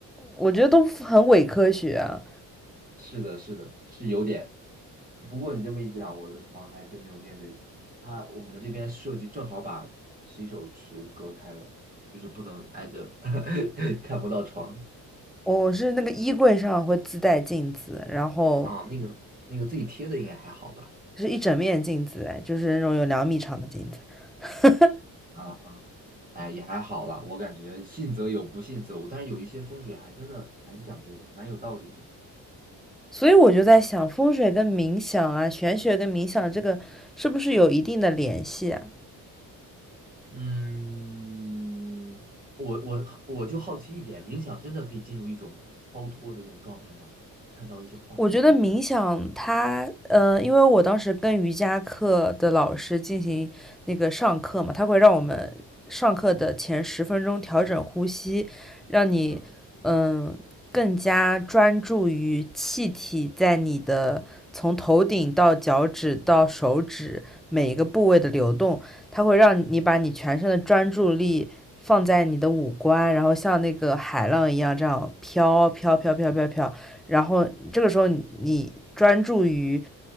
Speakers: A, in the centre; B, on the right.
A: 我觉得都很伪科学啊。
B: 是的，是的，是有点。不过你这么一讲，我的床还真没有面对它，我们这边设计正好把洗手池隔开了，就是不能挨着，<laughs> 看不到床
A: 我是那个衣柜上会自带镜子，然后
B: 啊。那个那个自己贴的应该还好吧？
A: 是一整面镜子，哎，就是那种有两米长的镜子。<laughs>
B: 啊，哎，也还好啦，我感觉信则有，不信则无。但是有一些风水还真的蛮讲究的，蛮有道理的。
A: 所以我就在想，风水跟冥想啊，玄学跟冥想这个是不是有一定的联系啊？
B: 嗯，我我我就好奇一点，冥想真的可以进入一种超脱的这种状态吗？看到一些画面。
A: 我觉得冥想它，呃，因为我当时跟瑜伽课的老师进行那个上课嘛，他会让我们上课的前十分钟调整呼吸，让你，
B: 嗯，
A: 嗯，更加专注于气体在你的从头顶到脚趾到手指每一个部位的流动，它会让你把你全身的专注力放在你的五官，然后像那个海浪一样这样飘飘飘飘飘飘飘。然后这个时候你专注于